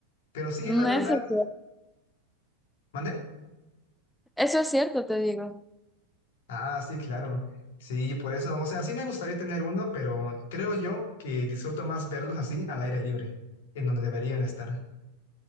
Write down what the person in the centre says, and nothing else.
Mm,
Eso es cierto,
eso es cierto, te digo.